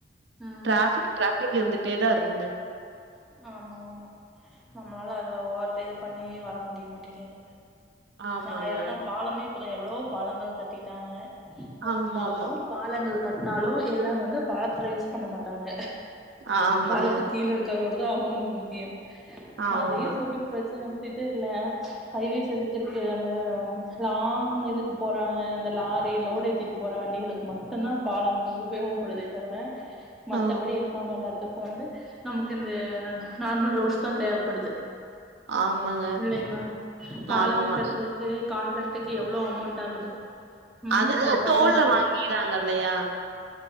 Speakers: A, in the centre; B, on the right (about 80°).
A: ம்
B: ராபிக் ராபிக் இருந்து டே தா இருக்குங்க
A: ஆமா ஆமா நம்மளால அத ஓவர்டேஷன் பண்ணி வர முடிய மாட்டேங்குது
B: ஆமாங்க
A: ஆயிர தா பாலமே பப்லா எவ்ளோ பாலங்கள் கட்டிட்டாங்க அந்தாலோ
B: ஆமா ஆமா
A: பாலங்கள் கட்னாலோ எல்லாவந்து பாலத்துல யூஸ் பண்ண மாட்டாங்க
B: ஆமாங்க
A: பாலத்துக்கீழ இரு கரோடு தா அவுங்களுக்கு முக்கியோ
B: ஆமா
A: அதையு சொல்லி பிரச் <unintelligible> இல்ல ஹைவேஸ் எதுக்கு இருக்கு அந்த லாங் இதுக்கு போறாங்க அந்த லாரி லோடு ஏத்திட்டு போற வண்டிகளுக்கு மட்டோந்தா பாலம் உபயோகப்படுதே தவிர மத்தபடி
B: ஆ
A: இருக்காங்கெல்லா <unintelligible> வந்து நமக்கு இந்த ந நார்மல் ரோஸ் தா தேவப்படுது
B: ஆமாங்க
A: இல்லைங்கா பாலங்
B: ஆமாமா
A: கட்றக்கு கான்ட்ராக்டுக்கு எவ்ளோ அமௌண்ட் ஆகுது ம்
B: அது
A: ஒரு பாலங்
B: தோல்ல வாங்கிறாங்கில்லையா